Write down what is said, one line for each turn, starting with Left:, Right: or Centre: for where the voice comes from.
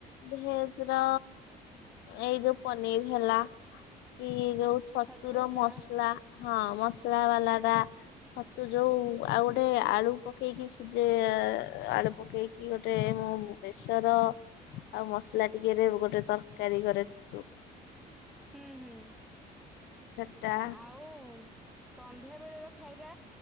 Left: ଭେଜ ର ଏଇ ଯୋଉ ପନିର ହେଲା। କି ଯୋଉ ଛତୁର
Centre: ଛତୁ ହେଲା।
Left: ମସଲା ହଁ ମସଲା ବାଲା
Centre: ଆଚ୍ଛା
Left: ଟା।
Centre: ଆଚ୍ଛା
Left: ଛତୁ ଯୋଉ ଆଉ ଗୋଟେ ଆଳୁ ପକେଇକି ସିଜେ ଆଳୁ ପକେଇକି ଗୋଟେ ମୁଁ। ବେସର। ଆଉ ମସଲା ଟିକେରେ ଗୋଟେ ତରକାରୀ କରେ ଛତୁ।
Centre: ହୁଁ ହୁଁ।
Left: ସେଟା
Centre: ଆଉ ସନ୍ଧ୍ୟା ବେଳ ର ଖାଇବା